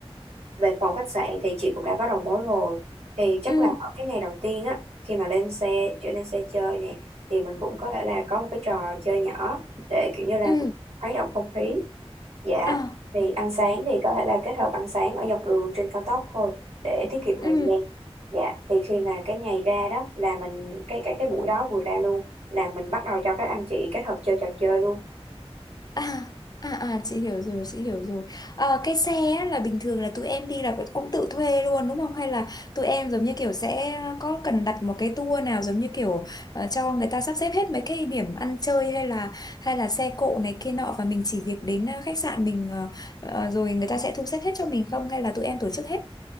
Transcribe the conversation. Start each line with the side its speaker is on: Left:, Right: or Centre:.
Right: về phòng khách sạn thì chị cũng đã có đầu mối rồi thì chắc
Left: ừ
Right: là ở cái ngày đầu tiên á khi mà lên xe trở lên xe chơi nè thì mình cũng có thể là có một cái trò chơi nhỏ để kiểu như là
Left: ừ
Right: khuấy động không khí Dạ,
Left: à
Right: thì ăn sáng thì có thể là kết hợp ăn sáng ở dọc đường trên cao tốc thôi để tiết kiệm thời
Left: ừ
Right: gian. Dạ, thì khi mà cái ngày ra đó là mình cái cái cái buổi đó vừa ra luôn là mình bắt đầu cho các anh chị kết hợp chơi trò chơi luôn.
Left: à à à chị hiểu rồi chị hiểu rồi Ờ, cái xe á, là bình thường là tụi em đi là cũng tự thuê luôn đúng không hay là tụi em giống như kiểu sẽ có cần đặt một cái tour nào giống như kiểu ờ, cho người ta sắp xếp hết mấy cái điểm ăn chơi hay là hay là xe cộ này kia nọ và mình chỉ việc đến ờ, khách sạn mình ờ, ờ, rồi người ta sẽ thu xếp hết cho mình không hay là tụi em tổ chức hết